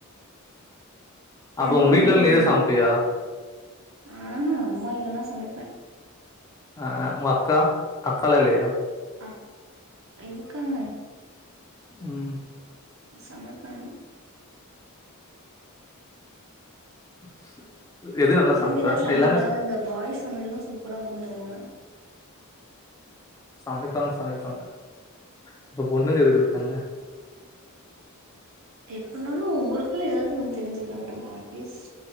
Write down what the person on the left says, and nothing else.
அப்ப
உங்க
வீட்ல நீதா
சமைப்பியா
ஆஹ உ அக்கா அக்கலா இல்லையா.
உம்.
<inaudible> நல்லா
சமைப்ப
எல்லாமே
ச
சமப்பாங்க சமப்பாங்க அப்ப பொண்ணுங்க எதுக்கு இருக்காங்க.